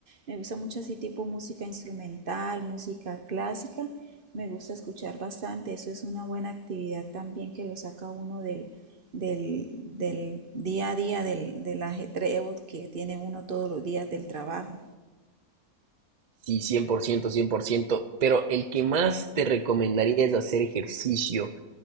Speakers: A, on the right; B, on the right.
A: me gusta mucho así tipo música instrumental, música clásica, me gusta escuchar bastante, eso es una buena actividad también que lo saca uno del, del, del día a día, del, del ajetreo que tiene uno todos los días del trabajo.
B: Sí, cien por ciento cien por ciento, pero el que más te recomendaría es hacer ejercicio,